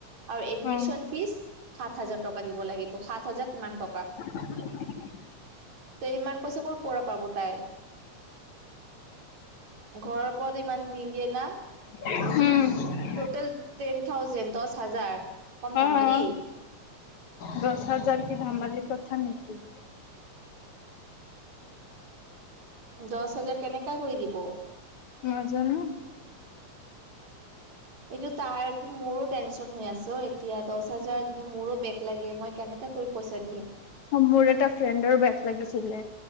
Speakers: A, on the right; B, on the left.
A: আৰু এডমিশন
B: অ',
A: ফিজ সাত হাজাৰ টকা দিব লাগিব, সাত হাজাৰ কিমান টকা।
B: <inaudible>
A: ত' ইমান পইচা কৰ পৰা পাব তাই, ঘৰৰ পৰাটো ইমান নিদিয়ে না।
B: উম।
A: ট'টেল টেন থাউজেণ্ড দহ হাজাৰ, কম ধামালি।
B: অ', দহ হাজাৰ কি ধেমালিৰ কথা নেকি?
A: দহ হাজাৰ কেনেকা কৰি দিব।
B: নাজানো।
A: এইটো তাহাৰতো মোৰো টেনচন হৈ আছে অ এতিয়া দহ হাজাৰ যদি মোৰো বেগ লাগে, মই কেনেকা কৰি পইচা দিম।
B: মোৰ এটা ফ্ৰেণ্ডৰ বেগ লাগিছিলে,